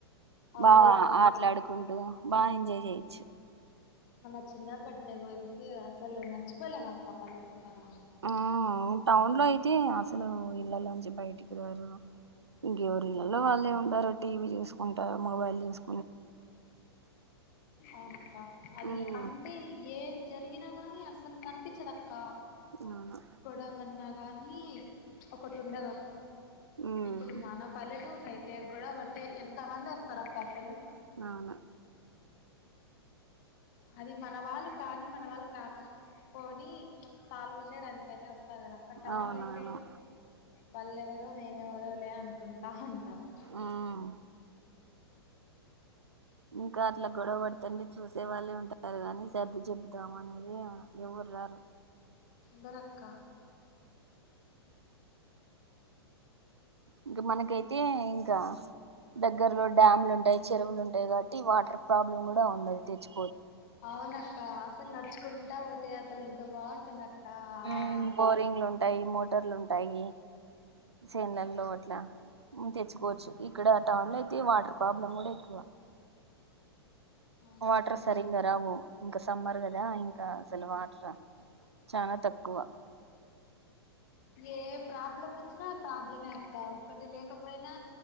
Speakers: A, on the left (about 45°); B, on the right (about 75°).
A: అవునక్క
B: బా ఆటలాడుకుంటూ బాగా ఎంజాయ్ చేయిచ్చు
A: మన చిన్నప్పటి మెమోరీస్ అసలు మర్చిపోలేము అక్క పల్లెటూర్లళ్లో అలా ఉంటే
B: ఆ టౌన్ లో అయితే అసలు ఇళ్లలో నుంచి బయటికి రారు ఇంకెవరు ఇళ్లలో వాళ్ళే ఉంటారు టీవీ చూసుకుంటారు మొబైల్ చూసుకు
A: అవునక్క అది
B: ఉమ్
A: అంటే ఏం జరిగినా కానీ అసలు కనిపించదు అక్క
B: అవును
A: గొడవన్న కానీ ఒకటి ఉండగా
B: ఉమ్
A: ఇప్పుడు మన పల్లెట అయితే గొడవ పడితే ఎంత మంది వస్తారు అక్క అసలు
B: అవును
A: అది మన వాళ్ళు కానీ మన వాళ్ళు కాకపోని సాల్వ్ చేయడానికి అయితే వస్తారు కదా అక్కడ టౌన్
B: అవునవును
A: లో అయితే వాళ్ళెవరో మేము ఎవరో లే అనుకుంటా ఉంటారు
B: ఉమ్ ఇంకా అట్లా గొడవ పడుతుండి చూసే వాళ్ళే ఉంటారు కాని సర్ది చెపుదామ అనే ఏమో ఎవ్వరు రారు
A: దరక్క
B: ఇంకా మనకైతే ఇంకా దగ్గరలో డ్యామ్లు ఉంటాయి చెరువులు ఉంటాయి కాబట్టి వాటర్ ప్రాబ్లమ్ కూడా ఉండది తెచ్చు
A: అవునక్క అసలు నడుచుకుంటా పోతే అసలు ఎంత బాగుంటుంది అక్క
B: ఉ
A: అది
B: బోరింగ్లు ఉంటాయి మోటార్లు ఉంటాయి సేన్లల్లో అట్లా తెచ్చుకోవచ్చు ఇక్కడ టౌన్ లో అయితే వాటర్ ప్రాబ్లం కూడా ఎక్కువ
A: అవునక్క
B: వాటర్ సరిగా రావు ఇంకా సమ్మర్ కదా ఇంకా అసలు వాటర్ చాలా తక్కువ
A: ఏ ప్రాబ్లం వచ్చినా ప్రాబ్లమే అక్క ఒక్కటి లేకపోయినా